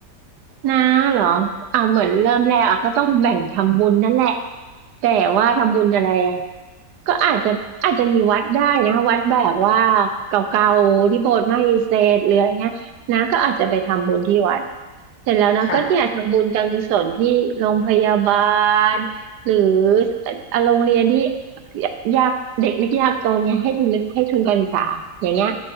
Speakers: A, on the right; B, on the left.
A: น้าเหรออ่าเหมือนเริ่มแรกอ่ะก็ต้องแบ่งทำบุญนั่นแหละแต่ว่าทำบุญอะไรอ่ะ ก็อาจจะอาจจะมีวัดได้นะวัดแบบว่าเก่าๆที่โบสถ์ไม่เสร็จหรืออะไรเงี้ยนะก็อาจจะไปทำบุญที่วัดเสร็จแล้วนะก็เนี่ยทำบุญการกุศลที่โรงพยาบาล
B: ค่ะ
A: หรืออ่ะโรงเรียนที่ยากเด็กนักยากจนเนี่ยให้ทุนให้ทุนการศึกษาอย่างเงี้ย